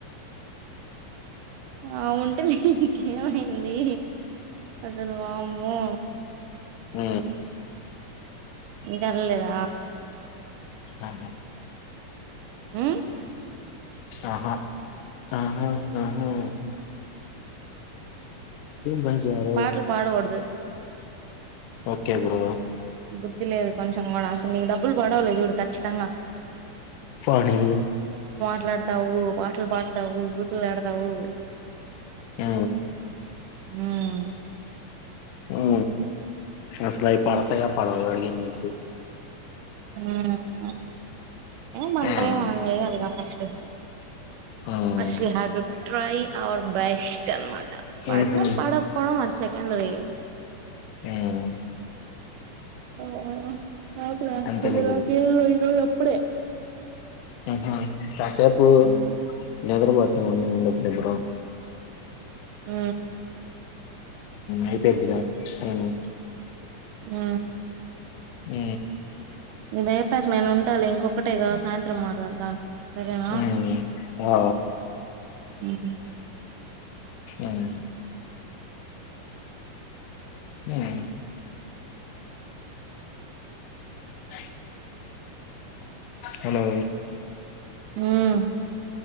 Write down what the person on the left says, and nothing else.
ఉ
ఆహా
ఆహా ఆహా ఆహా బంజారు
ఓకే బ్రో
పోనీ
హు
ఉ అసలు అయి పడతయా పడవ ఎవడికి ఏసీ
హ్మ్
హ్మ్
ఊహూ
ఉం
అంతేలే
ఆహా కాసేపు
నిదుర నువ్వు ఉండు ఉండకపో బ్రో
అయిపోయిద్దిగా టైము.
ఉ
ఉమ్ ఆ
ఉమ్ ఉం అ హలో